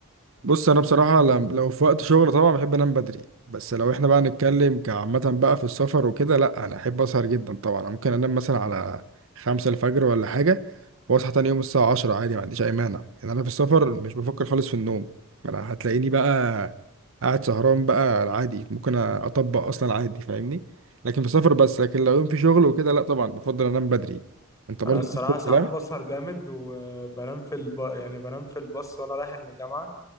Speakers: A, on the right; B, on the left.
A: بص انا بصراحه لم- لو في وقت شغل طبعا بحب انام بدري بس لو احنا بقى نتكلم كعامه بقى في السفر وكده لا انا احب اسهر جدا طبعا أنا ممكن انام مثلا على خمسة الفجر ولا حاجه واصحى تاني يوم الساعه عشرة عادي ما عنديش اي مانع يعني انا في السفر مش بفكر خالص في النوم انا هتلاقيني بقى قاعد سهران بقى عادي ممكن اطبق اصلا عادي فاهمني لكن في السفر بس لكن لو يوم في شغل وكده لا طبعا بفضل انام بدري انت برضو
B: انا الصراحة
A: نفس الكلام
B: ساعات بسهر جامد وبنام في الب... يعني بنام في الباص وانا رايح الجامعة